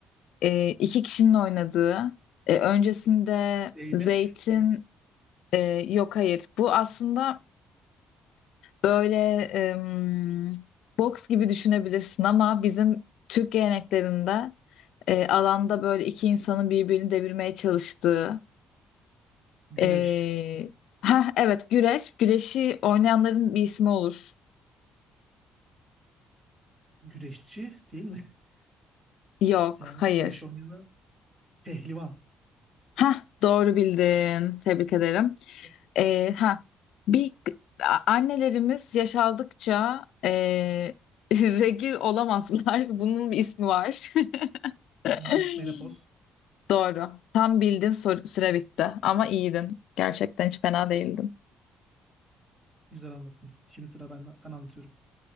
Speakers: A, on the left (about 80°); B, on the right (about 30°).
A: e, iki kişinin oynadığı. e, öncesinde
B: Zeybek,
A: zeytin e, yok hayır. Bu aslında böyle em, boks gibi düşünebilirsin ama bizim Türk geleneklerinde e, alanda böyle iki insanın birbirini devirmeye çalıştığı.
B: güreş.
A: E, heh, evet güreş. Güreşi oynayanların bir ismi olur.
B: Güreşçi değil mi? <laughs>
A: Yok
B: Yani
A: hayır.
B: güreş oynayanlar pehlivan.
A: Ha, doğru bildin. Tebrik ederim.
B: Çok-
A: Ee, ha, bir a- annelerimiz yaşaldıkça e, <laughs> regl olamazlar. Bunun bir ismi var. <laughs>
B: mene- Menopoz.
A: Doğru. Tam bildin sor- süre bitti. Ama iyiydin. Gerçekten hiç fena
B: Güzel,
A: değildin.
B: güzel anlattın. Şimdi sıra ben, ben anlatıyorum.